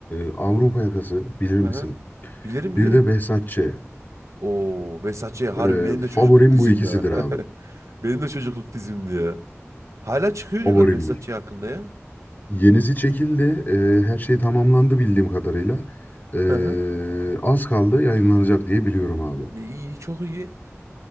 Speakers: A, on the left; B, on the right.
A: Avrupa Yakası bilir misin?
B: Hı hı. Bilirim
A: Bir
B: bilirim.
A: de Behzat Ç.
B: Oo, Behzat Ç. harbi
A: E,
B: benim de çocukluk
A: favorim
B: dizimdi
A: bu ikisidir
B: ha. <laughs>
A: abi.
B: Benim de çocukluk dizimdi ya. Hala çıkıyor
A: <laughs> Favorimdir.
B: diyorlar Behzatçı hakkında ya.
A: Yenisi çekildi. Ee, her şey tamamlandı bildiğim kadarıyla. Ee,
B: Hı hı.
A: az kaldı yayınlanacak diye biliyorum abi.
B: Ne iyi, çok iyi.